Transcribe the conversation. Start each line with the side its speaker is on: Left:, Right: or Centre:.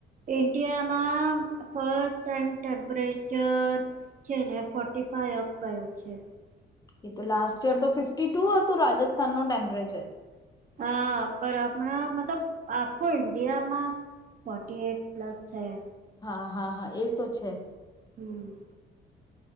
Right: ઈન્ડિયામાં ફસ્ટ ટાઈમ ટેમ્પરેચર છે ને ફોર્ટી ફાય અપ રહે છે.
Left: એ તો લાસ્ટ યર તો ફિફ્ટી ટુ હતું રાજસ્થાનનુ ટેમ્પરેચર.
Right: હા, પર હમણાં મતલબ આખું ઇન્ડિયામાં ફોટી એટ પ્લસ થય
Left: હા, હા, હા. એ તો છે.
Right: હમ.